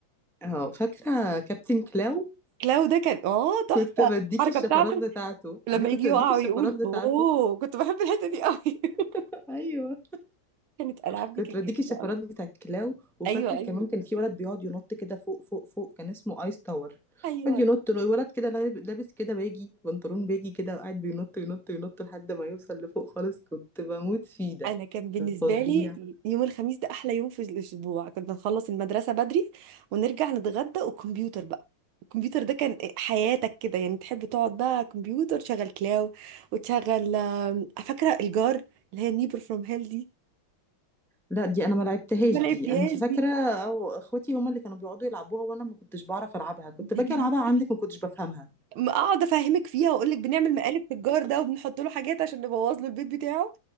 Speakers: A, in the centre; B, on the right (about 85°).
A: اه فاكره كابتن كلاو
B: كلاو ده كان اه تحفه
A: كنت بديكي
B: الحركه
A: الشفرات
B: بتاعته
A: بتاعته
B: لما
A: انا كنت
B: يجي يقع
A: بديكي الشفرات
B: ويقول
A: بتاعته
B: اوه كنت بحب الحته دي قوي <laughs>
A: <laughs> ايوه
B: كانت العاب دي
A: كنت
B: كانت
A: بديكي
B: جميله
A: الشفرات
B: قوي
A: بتاعت كلاو وفاكره
B: ايوه
A: كمان
B: ايوه
A: كان في ولد بيقعد ينط كده فوق فوق فوق كان اسمه ايس تاور
B: ايوه
A: كان ينط ولد كده لاب- لابس كده باجي بنطلون باجي كده وقاعد بينط ينط ينط لحد ما يوصل لفوق خالص كنت بموت فيه ده
B: انا كان بالنسبه
A: كان فظيع
B: لي يوم الخميس ده احلى يوم في الاسبوع كنا نخلص المدرسه بدري ونرجع نتغدى وكمبيوتر بقى الكمبيوتر ده كان حياتك كده يعني تحب تقعد بقى كمبيوتر تشغل كلاو وتشغل آم، فاكره الجار اللي هي نيبر فروم هيل دي
A: لا دي انا ما لعبتهاش
B: ما لعبتيهاش
A: دي انت فاكره
B: دي
A: او اخواتي هم اللي كانوا بيقعدوا يلعبوها وانا ما كنتش بعرف العبها كنت
B: دي
A: باجي
B: جميلة
A: العبها عندك ما كنتش بفهمها
B: م- اقعد افهمك فيها واقول لك بنعمل مقالب في الجار ده وبنحط له حاجات عشان نبوظ له البيت بتاعه